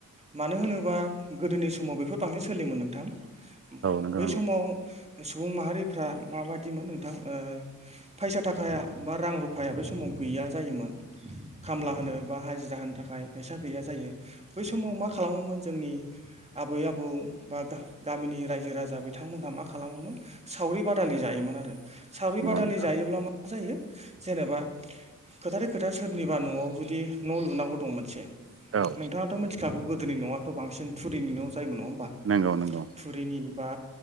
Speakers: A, on the right; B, on the right.
A: मानो होनोबा गोदोनि स समाव बेफोर बांसिन सोलियोमोन नोंथां
B: नंगौ
A: बै समाव सुबुं माहारिफ्रा माबादिमोन नोंथां ओ फैसा थाखाया बा रां रु फायाबो समाव गैया जायोमोन। खामला होनो बा हाजिरा होनो थाखाय फैसा गैया जायो बै समाव मा खालामोमोन जोंनि आबै आबौ बा गा गामिनि रायजो राजा बिथांमोनहा मा खालामोमोन सावरि बादालि जायोमोन आरो सावरि बादालि
B: नोंथां
A: जायोब्ला मा जायो जेनेबा फोथारै खोथा सोरनिबा न'आव जुदि न' लुनांगौ दं मोनसे
B: औ
A: नोंथाङाथ' मोन्थि खागौ गोदोनि न'आथ' बांसिन थुरिनि न' जायोम नङा होमबा
B: नंगौ नंगौ
A: थुरिनि बा